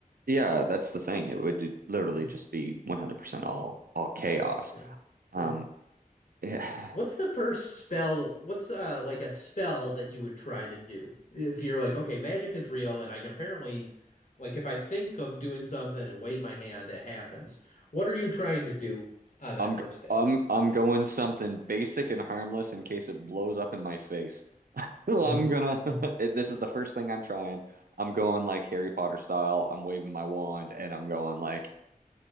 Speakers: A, on the right; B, on the left.
A: Yeah, that's the thing. It would literally
B: Mhm.
A: just be 100% all all chaos.
B: Yeah,
A: Um,
B: yeah.
A: <sighs>
B: What's the first spell? What's uh like a spell that you would try to do? If you're like, okay, magic is real and I can apparently like if I think of doing something and wave my hand, it happens. What are you trying to do on that
A: I'm
B: first day?
A: I'm I'm going something basic and harmless in case it blows up in my face. <laughs> Well,
B: Mm.
A: I'm gonna
B: Mm-hmm.
A: <laughs> it, this is the first thing I'm trying. I'm going like Harry Potter style. I'm waving my wand and I'm going like